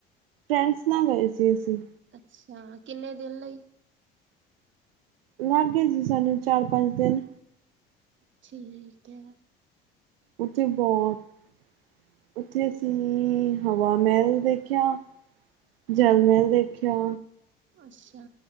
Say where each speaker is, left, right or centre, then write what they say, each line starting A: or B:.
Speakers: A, on the right; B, on the right.
A: ਫਰੈਂਡਸ ਨਾਲ ਗਏ ਸੀ ਅਸੀਂ।
B: ਅੱਛਾ, ਕਿੰਨੇ ਦਿਨ ਲਈ?
A: ਲਾਗੇ ਸੀ ਸਾਨੂੰ ਚਾਰ ਪੰਜ ਦਿਨ
B: ਠੀਕ ਐ।
A: ਓੱਥੇ ਬੋਤ ਉਥੇ ਅਸੀਂ ਹਵਾ ਮੈਹਲ ਦੇਖਿਆ। ਜਲ ਮੈਹਲ ਦੇਖਿਆ।
B: ਅੱਛਾ